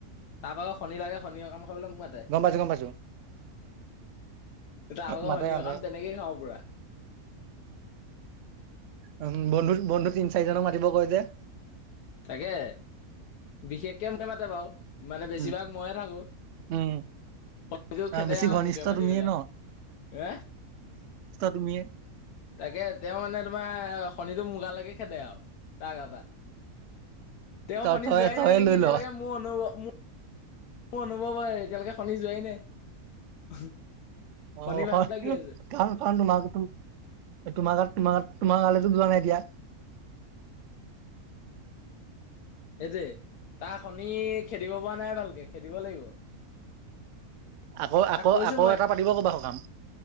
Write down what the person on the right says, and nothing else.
গম পাইছো গম পাইছো
মাতে
মাতে
উ বন্ধু বন্ধু তিন চাৰিজনক মাতিব কয় যে
উম,
উম।
অ',
বেছি
ঘনিষ্ঠ
তুমিয়ে
ন
তুমি
তই
তই
তইয়ে
লৈ
ল।
অ
হয়
কাৰণ কাৰণ তোমাৰ তোমাৰ গাত, তোমাৰ গাত। তোমাৰ গালে তো যোৱা নাই এতিয়া।
আকৌ
আকৌ
আকৌ এটা পাতিব ক'বা সকাম।